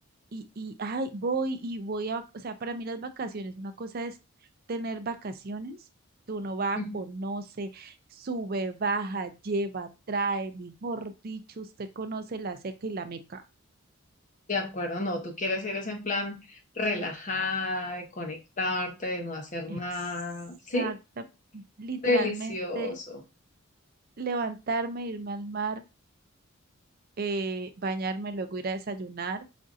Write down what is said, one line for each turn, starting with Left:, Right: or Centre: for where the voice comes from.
Right: y, y, ay, voy y voy a, o sea, para mí las vacaciones, una cosa es tener vacaciones, que uno va,
Left: Ujú.
Right: conoce, sube, baja, lleva, trae, mejor dicho, usted conoce la seca y la meca.
Left: De acuerdo, no, tú quieres ir es en plan relajada, de conectarte, de no hacer
Right: Exacta,
Left: nada, ¿sí?
Right: literalmente
Left: Delicioso.
Right: levantarme, irme al mar, eh, bañarme, luego ir a desayunar,